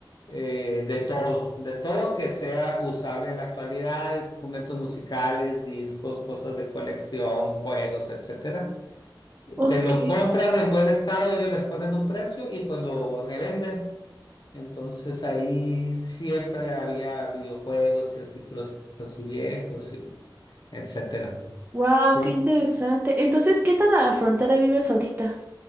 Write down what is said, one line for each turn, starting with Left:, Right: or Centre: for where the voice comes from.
Left: eh, de todo, de todo que sea usable en la actualidad, instrumentos musicales, discos, cosas de colección, juegos, etcétera.
Right: Ok.
Left: Te lo compran en buen estado, ellos les ponen un precio y pues lo revenden. Entonces ahí siempre había videojuegos y artículos así viejos, y etcétera.
Right: Wow,
Left: Yo
Right: qué interesante. Entonces, ¿qué tan a la frontera vives ahorita?